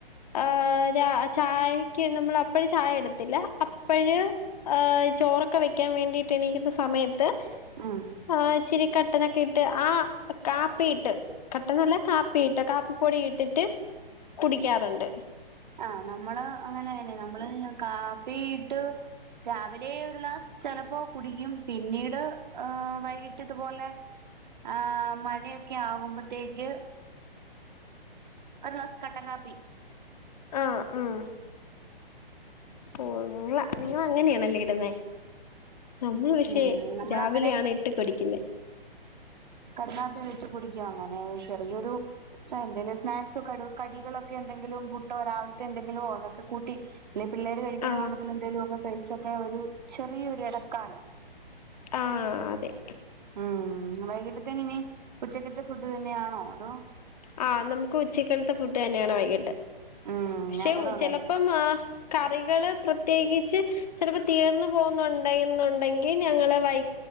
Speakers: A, on the left (about 45°); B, on the right (about 50°).
A: ഏഹ് രാ ചായെക്ക് നമ്മൾ അപ്പഴ്‌ ചായ എടുത്തില്ല. അപ്പഴ്‌ ഏ ചോറൊക്കെ വെക്കാൻ വേണ്ടിട്ട് എണീക്ക്ന്ന സമയ ട്ട്
B: ഉം
A: ഏഹ് ഇച്ചിരിക കട്ടനൊക്കെ ഇട്ട് ആ കാപ്പിയിട്ട് കട്ടനല്ല കാപ്പിയിട്ട് കാപ്പിപ്പൊടി ഇട്ടിട്ട് കുടിക്കാറ്ണ്ട്.
B: ആഹ് നമ്മള് അങ്ങനെന്നെ നമ്മള് കാ വീട്ടു രാവിലെ ഒരു ളാസ് ചെലപ്പോ കുടിക്കും പിന്നീട് ഏഹ് വൈകിട്ട് ഇതുപോലെ ആഹ് മഴയൊക്കെ ആകുമ്പത്തേക്ക് ഒര് ഗ്ലാസ് കട്ടംക്കാപ്പി.
A: ആഹ് ആഹ് ഓ ങ്ങള നിങ്ങള് അങ്ങനെയാണല്ലേ ഇടുന്നെ നമ്മള് പക്ഷേ
B: ഉം നമ്മളങ്ങനെ
A: രാവിലെയാണ് ഇട്ട് കുടിക്കുന്നെ
B: കട്ങ്ങാത്തി വെച്ച് കുടിക്കും അങ്ങനെ ചെറിയൊരു ആ എന്തേലും സ്നാക്സോ കടു കടികളൊക്കെ എന്തെങ്കിലും പുട്ടോ രാവിൽത്തെ എന്തെങ്കിലോ ഒന്നൊക്കെ കൂട്ടി ഇല്ലെ പിള്ളേര് കഴിക്കണ
A: ആ
B: കൂട്ടത്തിലെന്തേലു ഒക്കെ കഴിച്ചൊക്കെ ഒരു ചെറിയൊരു എടക്കാലോ
A: ആ അതെ
B: ഉം വൈകിട്ടത്തേന് ഇനി ഉച്ചക്കത്തെ ഫുഡ് തന്നെയാണോ അതോ
A: ആ നമുക്ക് ഉച്ചക്കൽത്തെ ഫുഡ് തന്നെയാണ് വൈകിട്ട്
B: ഉം
A: പക്ഷെ
B: ഞങ്ങളും അങ്ങനെ
A: ചില ഇപ്പം ആഹ് കറികള് പ്രത്യേകിച്ച് ചിലപ്പോ തീർന്നു പോകുന്നുണ്ടന്നുണ്ടെങ്കി ഞങ്ങളെ വൈ